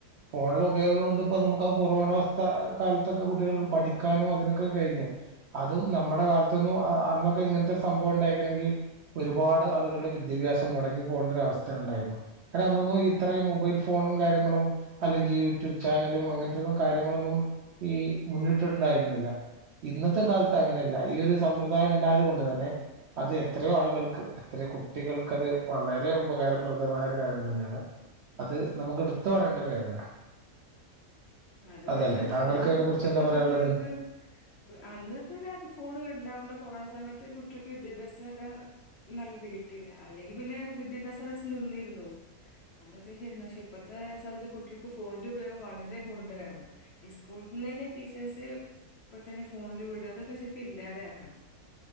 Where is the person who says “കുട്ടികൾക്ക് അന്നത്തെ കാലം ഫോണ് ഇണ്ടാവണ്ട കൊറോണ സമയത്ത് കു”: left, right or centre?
Left